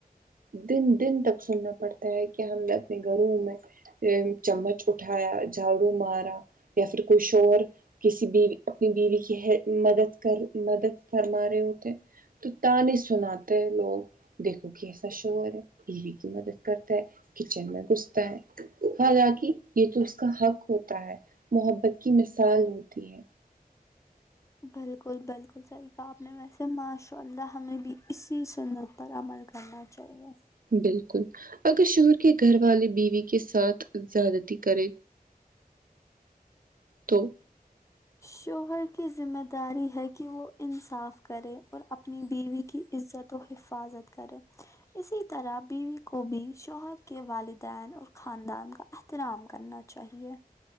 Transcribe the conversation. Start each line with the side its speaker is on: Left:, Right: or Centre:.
Right: دن دن تک سننا پڑتا ہے کہ ہم نے اپنے گھروں میں اے چمچ اٹھایا جھاڑو مارا یا پھر کوئی شور کسی بیوی اپنی بیوی کی ہے مدد کر مدد فرما رہے ہوتے تو تانے سناتے ہیں لوگ دیکھو کیسا شوہر ہے بیوی کی مدد کرتا ہے کچن میں گھستا ہے حالانکہ یہ تو اس کا حق ہوتا ہے محبت کی مثال ہوتی ہے
Left: بالکل بالکل صحیح کہا آپ نے ویسے ماشاء اللہ ہمیں بھی اسی سنت پر عمل کرنا چاہیے
Right: بالکل اگر شوہر کے گھر والے بیوی کے ساتھ زیادتی کرے تو
Left: شوہر کی ذمہ داری ہے کہ وہ انصاف کرے اور اپنی بیوی کی عزت تو حفاظت کرے اسی طرح بیوی کو بھی شوہر کے والدین اور خاندان کا اح ترام کرنا چاہیے